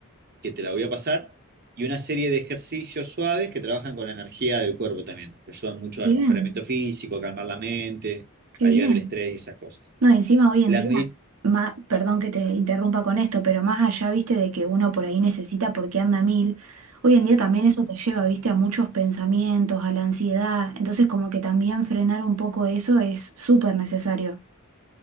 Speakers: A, on the right; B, on the right.
A: que te la voy a pasar, y una serie de ejercicios suaves que trabajan con la energía del cuerpo también, que ayudan mucho
B: bien,
A: al mejoramiento físico, calmar la mente,
B: qué
A: aliviar
B: bien.
A: el estrés y esas cosas.
B: No, y encima hoy en
A: La
B: día,
A: meditación...
B: ma- perdón que te interrumpa con esto, pero más allá, viste, de que uno por ahí necesita porque anda a mil, hoy en día también eso te lleva, viste, a muchos pensamientos, a la ansiedad. Entonces, como que también frenar un poco eso es súper necesario.